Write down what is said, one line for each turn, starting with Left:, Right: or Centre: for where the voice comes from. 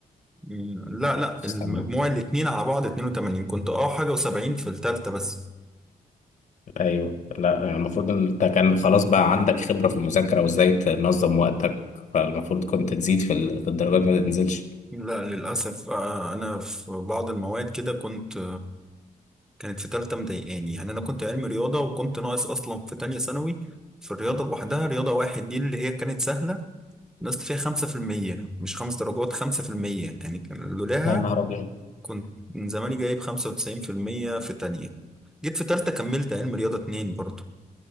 Centre: مم، لا لا
Left: السنة
Centre: المجموع الاتنين على بعض 82 كنت اه حاجة و70 في التالتة بس
Left: ايوه لا يعني المفروض إن انت كان خلاص بقى عندك خبرة في المذاكرة وازاي تنظم وقتك فالمفروض كنت تزيد في ال- في الدرجات ما تنزلش
Centre: لا للأسف بقى أنا في بعض المواد كده كنت كانت في تالتة مضايقاني يعني أنا كنت علمي رياضة وكنت ناقص أصلا في تانية ثانوي في الرياضة لوحدها رياضة واحد دي اللي هي كانت سهلة نقصت فيها خمسة في المية مش خمس درجات خمسة في المية يعني كان لولاها
Left: يا نهار أبيض
Centre: كنت من زماني جايب خمسة وتسعين في المية في تانية جيت في تالتة كملت علم رياضة اتنين برضه